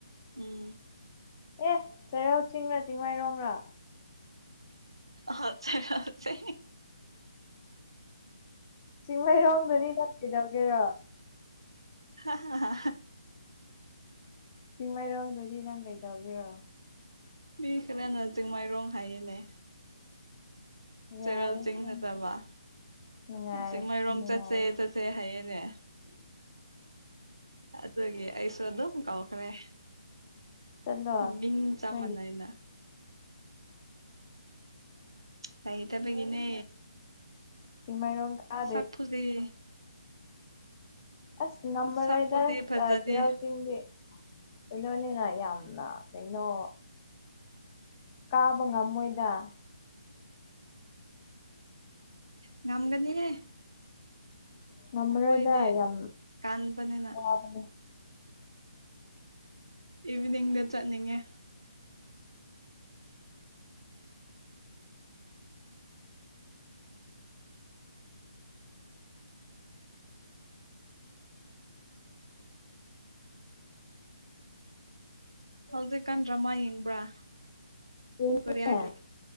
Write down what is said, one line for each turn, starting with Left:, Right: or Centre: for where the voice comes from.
Right: ꯎꯝ
Left: ꯑꯦ ꯆꯩꯔꯥꯎ ꯆꯤꯡꯔꯥ ꯆꯤꯡꯃꯩꯔꯣꯡꯔꯣ
Right: ꯍꯁꯦ ꯍꯁꯦ
Left: ꯆꯤꯡꯃꯩꯔꯣꯡꯝꯗꯗꯤ ꯀ ꯀꯩꯗꯧꯒꯦꯔꯣ
Right: ꯍ ꯍꯥ
Left: ꯆꯤꯡꯃꯩꯔꯣꯡꯗꯗꯤ ꯅꯪ ꯀꯩꯗꯧꯒꯦꯔꯣ
Right: ꯃꯤ ꯈꯔꯅ ꯆꯤꯡꯃꯩꯔꯣꯡ ꯍꯥꯏꯌꯦꯅꯦ꯫
Left: ꯌꯥꯔꯦ
Right: ꯆꯦꯔꯦꯜ ꯆꯤꯡ
Left: ꯅꯪꯁꯨ
Right: ꯅꯠꯇꯕ꯫
Left: ꯅꯨꯡꯉꯥꯏ
Right: ꯆꯤꯡꯃꯩꯔꯣꯡ
Left: ꯅꯨꯡꯉꯥꯏ
Right: ꯆꯠꯁꯦ ꯆꯠꯁꯦ ꯍꯥꯏꯌꯦꯅꯦ ꯑꯗꯨꯒꯤ ꯑꯩꯁꯨ ꯑꯗꯨꯝ ꯀꯧꯈ꯭ꯔꯦ
Left: ꯆꯠꯂꯣ
Right: ꯃꯤꯡ ꯆꯥꯞꯃꯥꯟꯅꯩꯅ
Left: ꯅꯣꯏꯒꯤ
Right: ꯂꯩꯇꯕꯒꯤꯅꯦ
Left: ꯆꯤꯡꯃꯩꯔꯣꯡ ꯀꯥꯗꯦ
Right: ꯆꯥꯛ ꯐꯖꯤ <unintelligible>
Left: ꯑꯁ ꯉꯝꯃꯔꯣꯏꯗ
Right: ꯁꯛꯄꯨꯗꯤ ꯐꯖꯗꯦ
Left: ꯆꯩꯔꯥꯎ ꯆꯤꯡꯗꯤ ꯀꯩꯅꯣꯅꯦꯅ ꯌꯥꯝꯅ ꯀꯩꯅꯣ ꯀꯥꯕ ꯉꯝꯃꯣꯏꯗ
Right: ꯉꯝꯒꯅꯤꯍꯦ
Left: ꯉꯝꯃꯔꯣꯏꯗ
Right: ꯑꯩꯈꯣꯏꯗꯤ
Left: ꯌꯥꯝ
Right: ꯀꯥꯟꯕꯅꯤꯅ
Left: ꯋꯥꯕꯅꯦ
Right: ꯏꯚꯤꯅꯤꯡꯗ ꯆꯠꯅꯤꯡꯉꯦ ꯍꯧꯖꯤꯛꯀꯥꯟ ꯗ꯭ꯔꯃꯥ ꯌꯦꯡꯕ꯭ꯔꯥ
Left: ꯌꯦꯡꯉꯦ
Right: ꯀꯣꯔꯤꯌꯥꯒꯤ